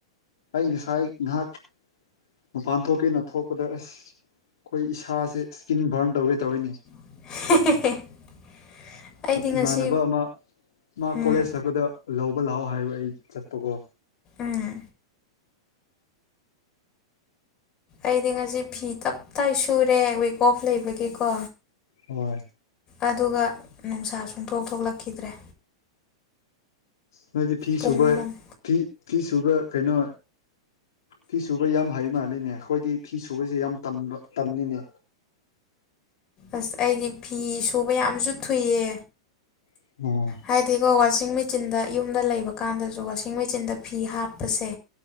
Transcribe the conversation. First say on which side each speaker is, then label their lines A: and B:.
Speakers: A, on the left; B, on the left.
A: ꯑꯩ ꯉꯁꯥꯏ ꯉꯍꯥꯛ ꯃꯄꯥꯟ ꯊꯣꯛꯀꯦꯅ ꯊꯣꯛꯄꯗ ꯑꯁ ꯑꯩꯈꯣꯏ ꯏꯁꯥꯁꯦ ꯏꯁꯀꯤꯟ ꯕꯔꯟ ꯇꯧꯒꯦ ꯇꯧꯔꯤꯅꯤ
B: <unintelligible> ꯑꯩꯗꯤ ꯉꯁꯤ
A: ꯏꯃꯥꯟꯅꯕ ꯑꯃ ꯃꯥ
B: ꯎꯝ
A: ꯀꯣꯂꯦꯖ ꯆꯠꯄꯗ ꯂꯧꯕ ꯂꯥꯛꯑꯣ ꯍꯥꯏꯕ ꯑꯩ ꯆꯠꯄꯀꯣ
B: ꯎꯝ ꯑꯩꯗꯤ ꯉꯁꯤ ꯐꯤ ꯇꯞꯇꯥꯏ ꯁꯨꯔꯦ ꯋꯤꯛ ꯑꯣꯐ ꯂꯩꯕꯒꯤꯀꯣ
A: ꯍꯣꯏ
B: ꯑꯗꯨꯒ ꯅꯨꯡꯁꯥ ꯁꯨꯡꯊꯣꯛ ꯊꯣꯛꯂꯛꯈꯤꯗ꯭ꯔꯦ
A: ꯃꯣꯏꯗꯤ ꯐꯤ
B: ꯄꯨꯡ
A: ꯁꯨꯕ ꯐꯤ ꯐꯤ ꯁꯨꯕ ꯀꯩꯅꯣ ꯐꯤ ꯁꯨꯕ ꯌꯥꯝ ꯍꯩ ꯃꯥꯜꯂꯤꯅꯦ ꯑꯩꯈꯣꯏꯗꯤ ꯐꯤ ꯁꯨꯕꯁꯦ ꯌꯥꯝ ꯇꯟꯅꯤꯅꯦ
B: ꯑꯁ ꯑꯩꯗꯤ ꯐꯤ ꯁꯨꯕ ꯌꯥꯝꯁꯨ ꯊꯨꯏꯌꯦ
A: ꯑꯣ
B: ꯍꯥꯏꯗꯤꯀꯣ ꯋꯥꯁꯤꯡ ꯃꯦꯆꯤꯟꯗ ꯌꯨꯝꯗ ꯂꯩꯕ ꯀꯥꯟꯗꯁꯨ ꯋꯥꯁꯤꯡ ꯃꯦꯆꯤꯟꯗ ꯐꯤ ꯍꯥꯞꯄꯁꯦ